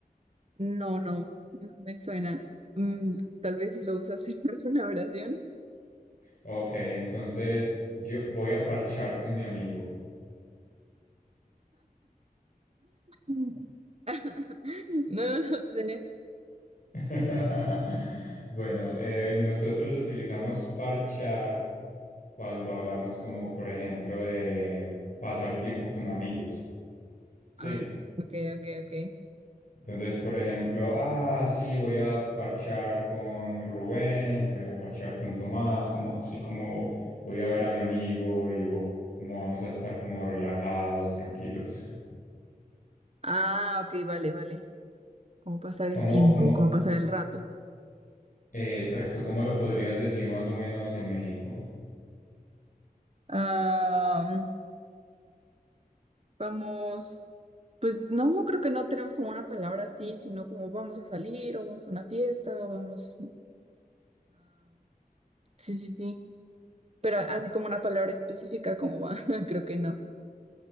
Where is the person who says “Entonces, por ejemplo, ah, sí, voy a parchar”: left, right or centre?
Left